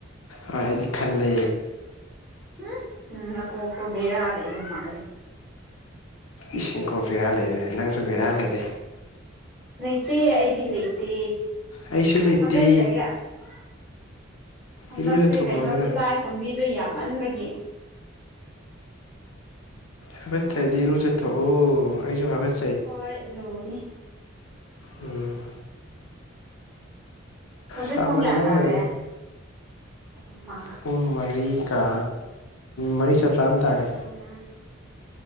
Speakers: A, on the left; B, in the centre.
A: ꯍꯣꯏ ꯑꯩꯗꯤ ꯈꯜꯂꯦ
B: ꯎꯝ ꯅꯪ ꯅꯀꯣꯛꯇꯣ ꯕꯦꯔ ꯂꯩꯕ ꯃꯥꯜꯂꯦ
A: ꯏꯁ ꯀꯣꯛ ꯕꯦꯔꯥ ꯂꯩꯔꯦꯅꯦ ꯅꯪꯁꯨ ꯕꯦꯔꯥ ꯂꯩꯔꯦ
B: ꯂꯩꯇꯦ ꯑꯩꯗꯤ ꯂꯩꯇꯦ
A: ꯑꯩꯁꯨ ꯂꯩꯇꯦ
B: ꯍꯥꯏꯒꯠꯆꯩ ꯑꯁ ꯍꯟꯗꯛꯁꯦ
A: ꯏꯔꯨꯖꯊꯣꯛꯈ꯭ꯔꯣꯗꯅ
B: ꯀꯩꯅꯣ ꯇꯤꯜꯍꯥ ꯈꯣꯝꯕꯤꯗꯣ ꯌꯥꯝꯃꯟꯕꯒꯤ
A: ꯍꯥꯒꯠꯆ ꯍꯥꯏꯗꯤ ꯏꯔꯨ ꯆꯠꯊꯣꯛꯑꯣ ꯑꯩꯁꯨ ꯍꯥꯒꯠꯦ
B: ꯍꯣꯏ ꯂꯨꯅꯤ
A: ꯎꯝ
B: ꯍꯧꯖꯤꯛ
A: ꯁꯥꯥꯃꯟ
B: ꯄꯨꯡ ꯀꯌꯥ ꯇꯥꯔꯦ
A: ꯂꯣꯏꯔꯦ
B: ꯄꯨꯡ ꯑꯃ
A: ꯄꯨꯡ ꯃꯔꯤꯒ ꯃꯔꯤ ꯆꯞ ꯆꯥꯟ ꯇꯥꯔꯦ
B: ꯎꯝ